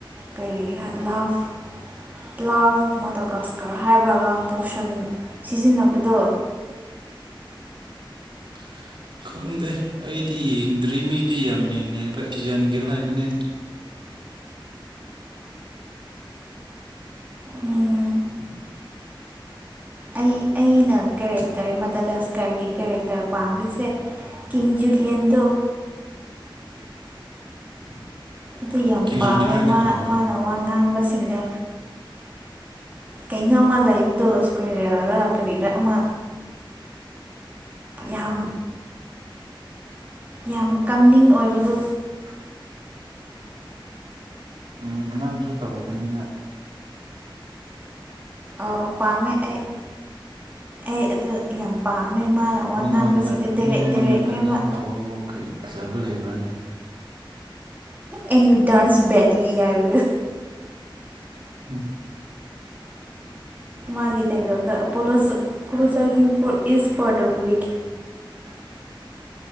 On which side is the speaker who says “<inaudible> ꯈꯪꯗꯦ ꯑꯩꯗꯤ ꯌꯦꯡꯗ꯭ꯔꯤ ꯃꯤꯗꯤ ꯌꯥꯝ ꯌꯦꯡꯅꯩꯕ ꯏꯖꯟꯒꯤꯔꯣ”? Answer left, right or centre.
Right